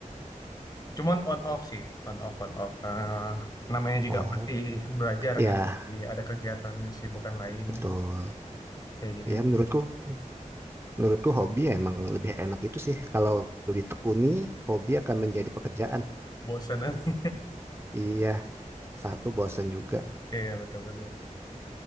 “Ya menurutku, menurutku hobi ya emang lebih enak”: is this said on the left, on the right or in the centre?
Right